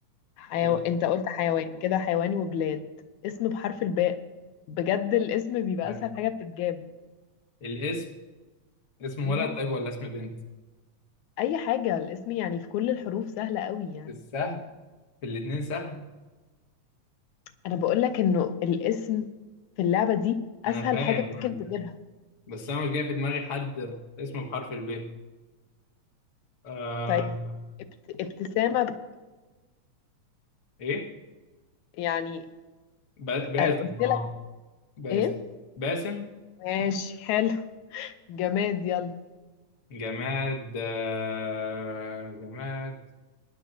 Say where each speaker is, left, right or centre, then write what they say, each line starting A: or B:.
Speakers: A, on the left (about 85°); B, on the left (about 40°).
A: حيو...
B: حلو.
A: انت قلت حيوان كده حيوان وبلاد اسم بحرف الباء بجد الاسم بيبقى
B: لا.
A: اسهل حاجة بتتجاب
B: الاسم اسم
A: مم.
B: ولد طيب ولا اسم بنت؟
A: اي حاجة الاسم يعني في كل الحروف سهلة قوي يعني
B: السهل في الاتنين سهل
A: انا بقول لك انه الاسم في اللعبة دي
B: أنا
A: اسهل
B: فاهم
A: حاجة ممكن تجيبها
B: بس انا مش جاي في دماغي حد اسمه بحرف الب آه
A: طيب ابت... ابتسامة
B: ايه
A: يعني
B: با- باسم
A: أنا قلت لك
B: اه باسم
A: ايه
B: باسم
A: ماشي حلو جماد يلا
B: جماد آه جماد